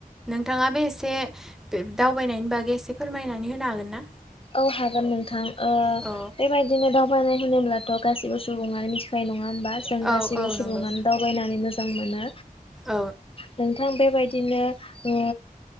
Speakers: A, in the centre; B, on the left.
A: नोंथाङा बे एसे दावबायनायनि बागै एसे फोरमायनानै होनो हागोन ना
B: औ हागोन नोंथां
A: औ
B: बेबायदिनो दावबायनाय होनोब्लाथ' गासिबो सुबुङानो मिथिखनाय नङा होमबा जों
A: औ
B: गासिबो
A: औ
B: सुबुङानो
A: नंगौ
B: दावबायनानै मोजां मोनो
A: औ
B: नोंथां बे बेबायदिनो ओ